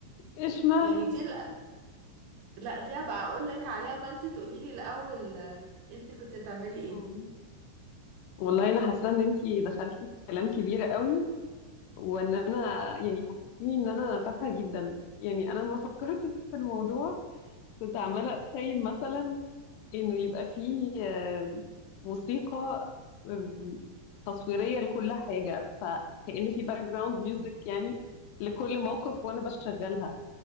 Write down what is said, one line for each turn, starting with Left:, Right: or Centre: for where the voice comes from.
Left: اشمعنى
Right: يعني دي لا, لا دي هبقى اقول لك عليها ما انت تقولي لي الاول آه، انت كنت تعملي ايه
Left: مم. والله انا حاسة ان انتي دخلتي في كلام كبير قوي وان انا يعني حسستيني ان انا تافهه جدا يعني انا لما فكرت <laughs> في الموضوع كنت عماله اتخيل مثلا انه يبقى فيه آه، موسيقى آه، تصويريه لكل حاجه فكأن في باك جراوند ميوزك يعني لكل موقف وانا بشغلها